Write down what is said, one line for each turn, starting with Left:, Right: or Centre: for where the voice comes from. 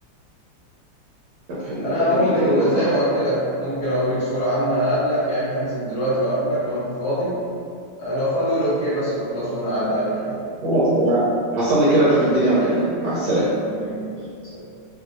Right: طب حلو
Left: أنا
Right: ده
Left: ممكن
Right: جميل قوي والله
Left: زي ما قلت لك ممكن أوريك صورة عامة أقابلك يعني هنزل دلوقتي وأقابلك لو أنت فاضي آه، لو فاضي قول أوكي بس وخلاص وأنا هعدي عليك يعني
Right: خلاص انا هصلي كده واشوف الدنيا واكلمك مع السلامه
Left: تمام ماشي سلام